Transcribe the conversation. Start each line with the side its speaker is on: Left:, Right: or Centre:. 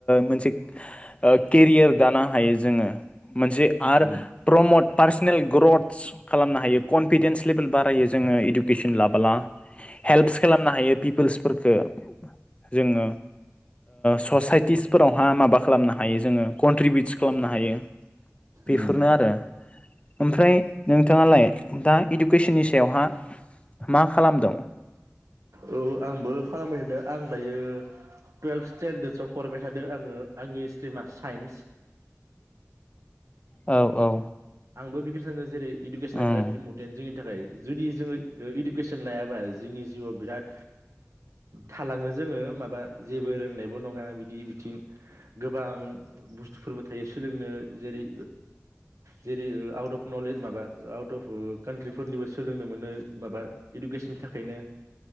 Left: मोनसे केरियार दानो हायो जोङो मोनसे आरो
Right: उम
Left: प्रमट पार्सनेल ग्रथ्स खालामनो हायो कनफिदेन्स लेभेल बारायो जोङो इडुकेसन लाबोला हेल्प्स खालामनो हायो पिपोल्सफोरफोरखौ जोङो ससाइटिसफोरावहा माबा खालामनो हायो जोङो कन्ट्रिबिउटस खालामनो हायो। बेफोरनो
Right: उम
Left: आरो। ओमफ्राय नोंथाङालाय दा इडुकेसननि सायावहा मा खालामदों?
Right: औ आंबो खालामबाय थादो आं दायो टुवेल्भ स्टेेनडार्दसआव फरायबाय थादों आङो आंनि स्ट्रिमा साइन्स
Left: औ औ
Right: आंबो बेखिनो सानो जेरै इडुकेसना
Left: ओम
Right: बिराद इम्पर्टन जोंनि थाखाय जुदि जोङो इडुकेसन लायाबा जोंनि जिउआव बिराद थालाङो जोङो माबा जेबो रोंनायबो नङा बिदि बिथिं गोबां बुस्थुफोरबो थायो सोलोंनो जेरै जेरै आउट अफ नलेज माबा आउट अफ कान्ट्रिफोरनिबो सोलोंनो मोनो माबा इडुकेसननि थाखायनो